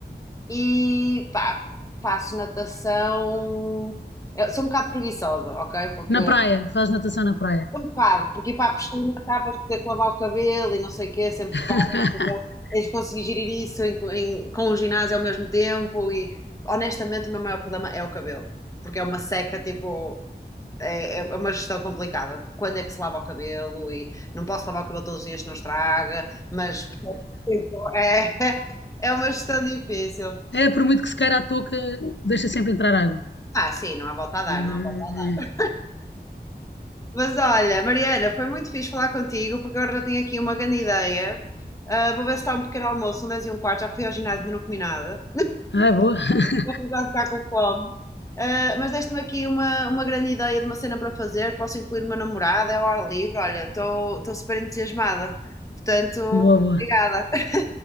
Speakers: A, on the left; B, on the left.
A: e pá, faço natação. Eu sou um bocado preguiçosa, ok? Porque
B: Na praia, fazes natação na praia.
A: Um bocado, porque ir para a piscina acabas por ter que lavar o cabelo e não sei o quê, sempre
B: <laughs>
A: que vais, então tens de conseguir gerir isso em- em- com o ginásio ao mesmo tempo e honestamente o meu maior problema é o cabelo, porque é uma seca, tipo, é, é é uma gestão complicada. Quando é que se lava o cabelo e não posso lavar o cabelo todos os dias, não estraga, mas tipo, é, <laughs> é uma gestão difícil.
B: É, por muito que se queira a touca, deixa sempre entrar água.
A: Ah, sim, não há volta a dar,
B: Eh, eh,
A: não há volta a dar.
B: eh.
A: Mas olha, Mariana, foi muito fixe falar contigo, porque agora já tenho aqui uma grande ideia. Ah, vou ver se está um pequeno almoço, são 10 e um quarto, já fui ao ginásio e ainda não comi nada.
B: Ah, boa, <laughs>
A: Vou precisar ficar com fome. Ah, mas deste-me aqui uma, uma grande ideia de uma cena para fazer, posso incluir uma namorada, é ao ar livre, olha, estou estou super entusiasmada. Portanto,
B: boa, boa.
A: obrigada. <laughs>